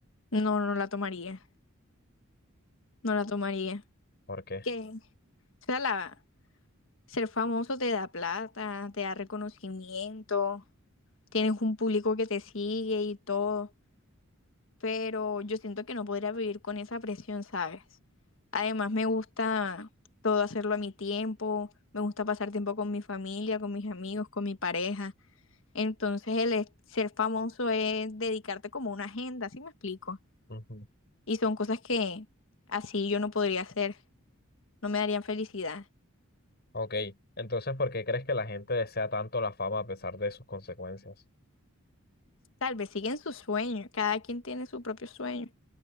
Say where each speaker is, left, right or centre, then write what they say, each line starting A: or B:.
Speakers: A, on the left (about 65°); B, on the left (about 50°).
A: no, no la tomaría, no la tomaría.
B: ¿Por qué?
A: ¿Qué? O sea, la, ser famoso te da plata, te da reconocimiento, tienes un público que te sigue y todo, pero yo siento que no podría vivir con esa presión, ¿sabes? Además, me gusta todo hacerlo a mi tiempo, me gusta pasar tiempo con mi familia, con mis amigos, con mi pareja. Entonces, el es- ser famoso es dedicarte como una agenda, ¿sí me explico?
B: Ujú.
A: Y son cosas que así yo no podría hacer, no me darían felicidad.
B: Ok, entonces, ¿por qué crees que la gente desea tanto la fama a pesar de sus consecuencias?
A: Tal vez siguen su sueño, cada quien tiene su propio sueño.